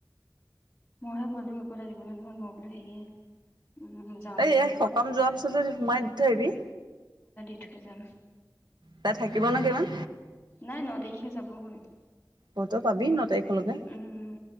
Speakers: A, on the left; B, on the right.
A: মইহে পল তো একো এটা দিবলৈ নহল মই বোলো হেৰি উম, যাওঁতে
B: এই এ
A: বোলো
B: সকাম যোৱাৰ পিছত সোমাই দি থ আহিবি
A: উঠ যাম
B: তাই থাকিব ন কিমান
A: নাই ন তাৰিখে যাবগৈ
B: ভোটৰ পাবি ন তাৰিখলৈকে?
A: উম,